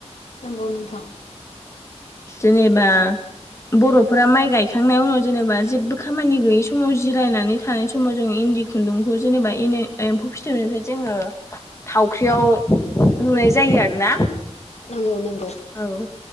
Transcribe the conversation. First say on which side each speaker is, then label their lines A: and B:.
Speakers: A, on the left; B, on the left.
A: नोंगौ नोंथां।
B: जेनेबा बर'फोरा माइ गायखांनाय उनाव जेनेबा जेबो खामानि गैयि समाव जिरायनानै थानाय समाव जों इन इन्दि खुन्दुंखौ जेनेबा इन ए एम्फौ फिथोबनिफ्राय जोङो थावख्रियाव लुनाय जायो आरो ना।
A: नोंगौ नों
B: औ।